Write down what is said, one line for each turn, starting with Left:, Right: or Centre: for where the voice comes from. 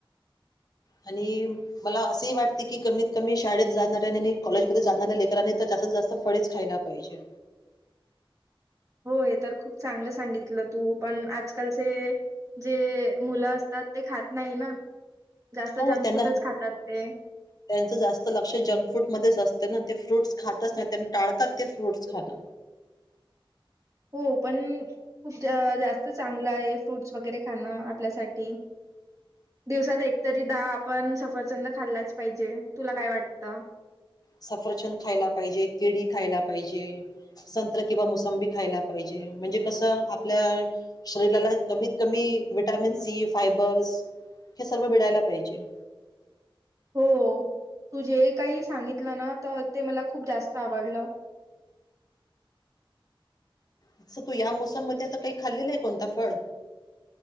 Left: आणि. मला असही वाटते की कमीत कमी शाळेत जाणाऱ्यानी आणि कॉलेजमध्ये जाणाऱ्या लेकरांनी तर जास्तीत जास्त. फळेच खायला पाहिजे.
Right: हो. हे तर खूप चांगलं सांगितलं तू पण आजकालचे जे मुलं असतात ते खात नाही ना जास्त
Left: हो
Right: जंक
Left: त्यांना
Right: फूडच खातात ते.
Left: त्यांचं जास्त लक्ष जंक फूड मध्येच असते ना. ते फ्रूट्स खातच नाही त्यांना टाळतात ते फ्रूट्स खाणं.
Right: हो पण खूप जा-जास्त चांगलं आहे फ्रूट्स वगैरे खाणं आपल्यासाठी. दिवसात एकतरी दा आपण सफरचंद खाल्लाच पाहिजे तुला काय वाटतं?
Left: सफरचंद खायला पाहिजे, केडी खायला पाहिजे. संत्र किंवा मोसंबी खायला पाहिजे म्हणजे कसं आपल्या शरीराला कमीत कमी विटामिन सी, फायबर्स हे सर्व मिडायला पाहिजे.
Right: हो तू जे काही सांगितलं ना तर ते मला खूप जास्त आवडलं.
Left: तसं तू या मोसम मध्ये आता काही खाल्लेलं आहे कोणता फळ?